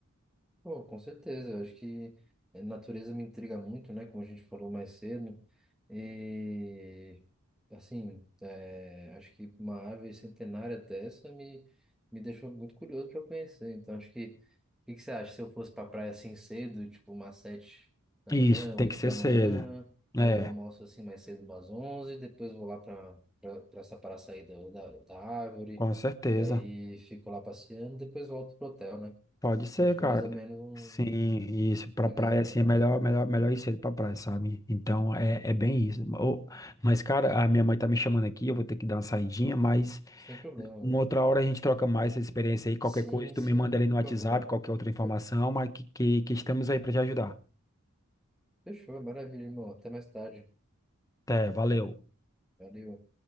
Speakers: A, in the centre; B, on the left.
A: Pô, com certeza, eu acho que a natureza me intriga muito, né? Como a gente falou mais cedo. E, assim, é, acho que uma ave centenária dessa me, me deixou muito curioso para conhecer. Então, acho que. O que que você acha? Se eu fosse pra praia assim cedo, tipo umas sete da
B: Isso,
A: manhã,
B: tem
A: oito
B: que ser
A: da
B: cedo.
A: manhã, aí
B: É,
A: eu almoço assim mais cedo, umas onze, depois vou lá pra, pra, pra essa paraçaída da, da árvore,
B: com certeza.
A: e aí fico lá passeando, depois volto pro hotel, né?
B: Pode ser,
A: Acho
B: cara.
A: que é mais ou menos um.
B: Sim, isso. Pra
A: Legal,
B: praia, assim,
A: legal.
B: é melhor, melhor, melhor ir cedo pra praia, sabe? Então, é, é bem isso. Ô, mas, cara, a minha mãe tá me chamando aqui, eu vou ter que dar uma saidinha, mas
A: Sem problema, mano.
B: uma outra hora a gente troca mais essa experiência aí. Qualquer
A: Sim,
B: coisa, tu
A: sim,
B: me manda ali
A: por
B: no WhatsApp,
A: favor.
B: qualquer outra informação,
A: Pô,
B: mas que, que, que estamos aí pra te ajudar.
A: Fechou, maravilha, irmão. Até mais tarde.
B: Até, valeu.
A: Valeu.